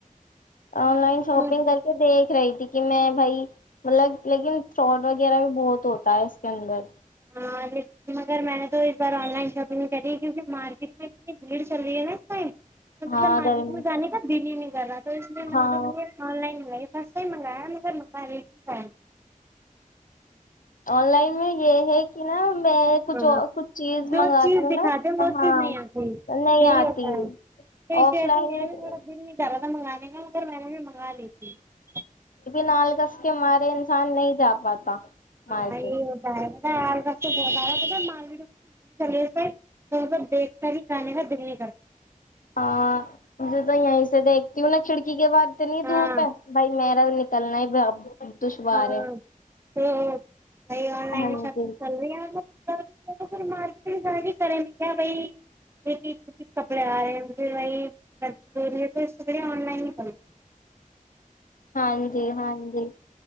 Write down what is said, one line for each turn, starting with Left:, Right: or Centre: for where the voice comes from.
Left: آن لائن شاپنگ
Right: تو
Left: کر کے دیکھ د رہی تھی کہ میں بھائی مطلب لیکن فراڈ وغیرہ بھی بہت ہوتا ہے اس کے اندر
Right: ہاں لیکن مگر میں نے تو اس بار آن لائن شاپنگ کری ہے کیونکہ مارکیٹ میں اتنی بھیڑ چل رہی ہے نا اسٹائم مطلب
Left: ہاں
Right: مارک
Left: در
Right: میں جانے کا دلی میں <unintelligible> توے
Left: ہاں
Right: آن لائن و سس ہی منگایا مگر منگاٹ ہے
Left: آن لائن میں یہ ہے کہ نا میں کچھ
Right: ہاں
Left: کچھ چیز
Right: جو
Left: منگاتی
Right: چیز
Left: ہوں
Right: دکھاتے
Left: نا
Right: وہ
Left: ہاں
Right: چیز نہیں آتی
Left: نہیں
Right: یہی
Left: آتی
Right: ہوتا ہے تو
Left: آف
Right: ط
Left: لائن
Right: سے میرا بھی تھوڑا دل نہیں ڈالا تھا منگانے کا مگر میں نے خالی ت
Left: لال کس کے مارے انسان نہیں جا پاتا مارکیٹ
Right: ہاں یہ ہوتا ہے بہت آا مانا کہے دیکھ کر ہی گانے کا دل نہیں کر سکتا
Left: ہاں مجھے تو یہیں سے دیکھتی ہوں نا کھڑکی کے بعد اتنی
Right: ہاں
Left: دھوپ ہے بھائی ما نکلنا ہی دشوار
Right: ہاں
Left: ہے
Right: تو وہ آن لائن
Left: ہاں
Right: شپگ
Left: جی
Right: چل رہی ہے مارکیٹ ہی کریں کیا ب کپڑے آ رہے رہی ہے توے آن لائن ہی کروں
Left: ہاں جی ہاں جی